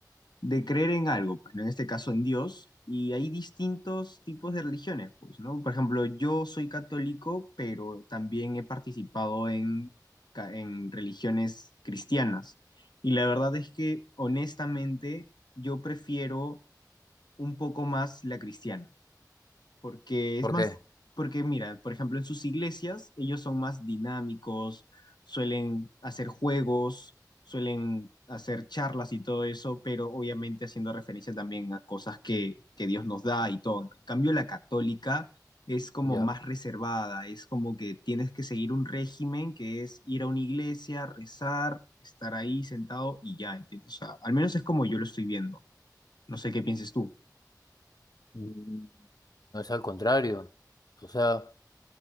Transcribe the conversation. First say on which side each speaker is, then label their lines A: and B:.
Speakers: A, on the left; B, on the left.
A: de creer en algo, pues ¿no? en este caso en Dios, y hay distintos tipos de religiones, pues, ¿no? Por ejemplo, yo soy católico, pero también he participado en, ca- en religiones cristianas. Y la verdad es que, honestamente, yo prefiero un poco más la cristiana porque es
B: ¿Por
A: más,
B: qué?
A: porque mira, por ejemplo, en sus iglesias ellos son más dinámicos, suelen hacer juegos, suelen hacer charlas y todo eso, pero obviamente haciendo referencia también a cosas que, que Dios nos da y todo, ¿no? En cambio, la católica es como
B: Ya.
A: más reservada, es como que tienes que seguir un régimen que es ir a una iglesia, rezar, estar ahí sentado y ya, ¿entiendes? O sea, al menos es como yo lo estoy viendo. No sé qué pienses tú.
B: Mm, No es al contrario. O sea,